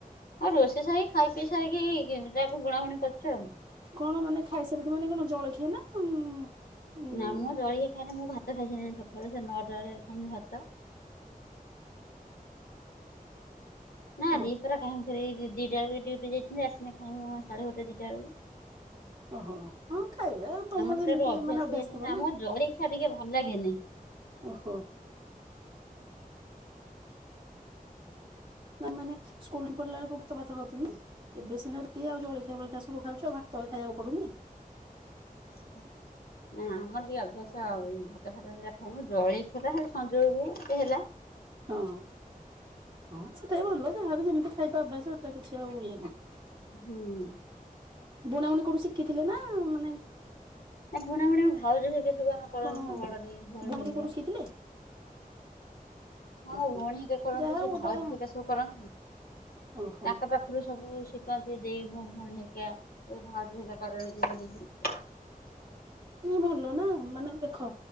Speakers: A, on the left; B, on the right.
A: ହଁ ରୋଷେଇ ସାରିକି ଖାଇ ପିଇ ସାରିକି, ତାକୁ ବୁଣାବୁଣି କରୁଛୁ ଆଉ।
B: କଣ ମାନେ ଖାଇସାରିକି ମାନେ କଣ ଜଳଖିଆ ନା ଉଁ ଉଁ
A: ନା ମୁଁ ଜଳିଖିଆ ଖାଇନି, ମୁଁ ଭାତ ଖାଇସାଇଲିନି ସକାଳୁ, ସେ ନଅଟା ବେଳେ ଖାଇନି ଭାତ। ନା
B: ଓ
A: ଦିପହର କାହିଁ କରିବେ <unintelligible> ଦିଟା ବେଳକୁ ଡି୍ୟୁଟି ଯାଇଛନ୍ତି। ଆସନେ ଖାଇଁମୁଁ ସାଢେ ଗୋଟେ ଦିଟା ବେଳକୁ।
B: ଓହୋ ହଁ ଖାଇବା ତମର
A: ଆମ ସେଟା
B: ଯେମିତି
A: ଗୋଟେ ଅଭ୍ୟାସ
B: ମାନେ
A: ହେଇଯାଇଛି
B: ଥିବ
A: ନା, ଆମକୁ ଜଳ ଖିଆ ଟିକେ ଭଲ ଲାଗେନି।
B: ଓହୋ। ନା ମାନେ ସ୍କୁଲଠୁ ପଢଲା ବେଳେ ଉକ୍ତ ଭାତ ଫାତ ଖାଉଥୁଲୁ ନା, ଏବେ ସିନା ରୁଟି ଆଉ ଜଳଖିଆ ଫଳିଖିଆ ସବୁ ଖାଉଛ! ଆଉ ଭାତ ଏତ୍ ଖାଇଆକୁ ପଡୁନି!
A: ହୁଁ। ନା ଆମର ଟିକେ ଅଭ୍ୟାସ ଭାତ ଫାତ ଦିଟା ଖାଇମୁଁ, ଜଲିଖିଆ ଟା ଖାଲି ସଞ୍ଜ ବେଳକୁ ଟିକେ ହେଲା।
B: ହଁ। ହଁ, ସେଇଟା ବି ଭଲ। ଯାହାର ଯେମିତି ଖାଇବା ଅଭ୍ୟାସ ହେଟା କିଛି ଆଉ ଇଏ ନାହିଁ।
A: ହୁଁ।
B: ବୁଣାବୁଣି କୋଉଠୁ ଶିଖିଥିଲେ ନା ମାନେ
A: ନା ବୁଣା ବୁଣୀ ଭାଉଜ ହେରିକା ସବୁ ଆମ କରନ୍ତି।
B: କଣ
A: ମ ବଡଦେଇ, ଭଉଣୀ
B: ବୁଣାବୁଣି
A: ହେଇକା
B: କୋଉଠୁ ଶିଖିଥିଲେ
A: ହଁ
B: ଓହୋ
A: ଭଉଣୀ ହେଇକା କରନ୍ତି,
B: ଯାହା
A: ସେ
B: ହଉ
A: ଭାଉଜ
B: ଗୋଟେ
A: ହେଇକା ସବୁ କରନ୍ତିନି,
B: ଓହୋ
A: ତାଙ୍କ ପାଖ ପାଖରୁ ସବୁ ଶିଖନ୍ତି, ଦେଇ ଭ-ଭଉଣୀ ହେଇକା, ଭାଉଜ ହେଇକା କରନ୍ତି <unintelligible>
B: ନାଇଁ ଭଲ ନା, ମାନେ ଦେଖ